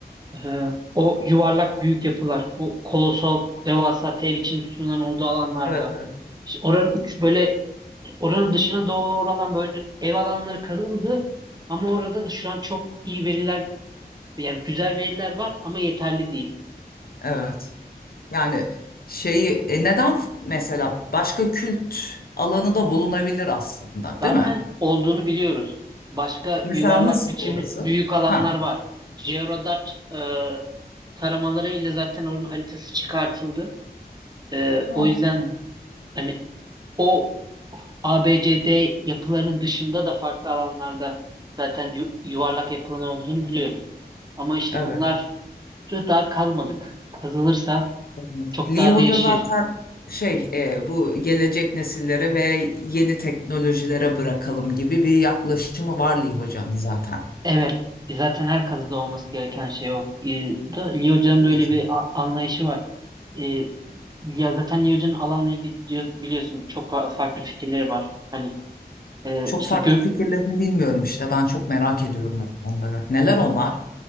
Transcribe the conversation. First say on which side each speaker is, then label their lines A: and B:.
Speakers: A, on the right; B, on the left.
A: Ee, o yuvarlak büyük yapılar, o kolosal devasa T biçim sütunların olduğu alanlarda
B: Evet, evet.
A: işte oranın uç- böyle oranın dışına doğru olan böyle ev alanları kazıldı ama orada da şu an çok iyi veriler yani güzel veriler var ama yeterli değil.
B: Evet. Yani şeyi e, neden f- mesela başka kült alanı da bulunabilir aslında
A: Zaten
B: değil mi?
A: olduğunu biliyoruz. Başka
B: Mesela
A: yuvarlak
B: nasıl
A: biçim
B: orası?
A: büyük alanlar
B: Ha.
A: var. Georadar e, taramalarıyla zaten oranın haritası çıkartıldı. E,
B: Ha,
A: o yüzden hani o A B C D yapılarının dışında da farklı alanlarda zaten yu- yuvarlak yapılan olduğunu biliyoruz. Ama işte
B: ha.
A: bunları daha kazmadık. Kazılırsa
B: Anladık.
A: çok
B: Lee
A: daha
B: Hoca
A: değişir.
B: zaten şey e, bu gelecek nesillere ve yeni teknolojilere bırakalım gibi bir yaklaşımı var Lee Hoca'nın zaten.
A: Evet, zaten her kazıda olması gereken şey o. Ee, da Lee Hoca'nın
B: Tabii
A: da öyle
B: ki.
A: bir a- anlayışı var. Ee, ya zaten Lee Hoca'nın alanla ilgili diyor- biliyorsun çok fa- farklı fikirleri var. Hani e,
B: Çok
A: işte
B: farklı
A: gök
B: fikirlerini bilmiyorum işte. Ben çok merak ediyorum onları. Neler onlar?